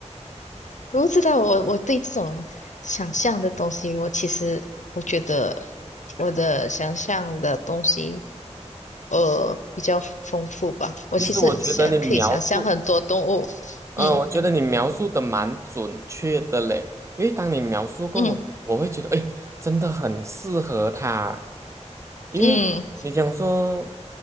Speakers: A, on the left; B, on the right.
A: 我不知道我我对这种想象的东西，我其实我觉得我的想象的东西呃比较丰富吧。我其实想可以想象很多动物，
B: 其实我觉得你描述嗯，
A: 嗯
B: 我觉得你描述的蛮准确的嘞，因为当你描述过我，
A: 嗯
B: 我会觉得，哎，真的很适合他，因为你讲说
A: 嗯